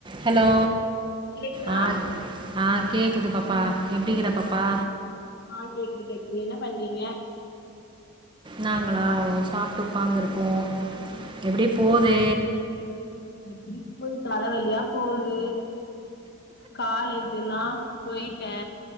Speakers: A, on the right; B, on the left.
A: Hello
B: கேக்குதா
A: ஆ ஆ கேக்குது பாப்பா எப்டிக்கிற பாப்பா
B: ஆ கேக்குது கேக்குது என்ன பண்றீங்க
A: நாங்களா சாப்ட்டு உக்காந்துருக்கோ எப்டி போது
B: எப்டி போது தலவலியா போது காலேஜுலா போய்ட்டே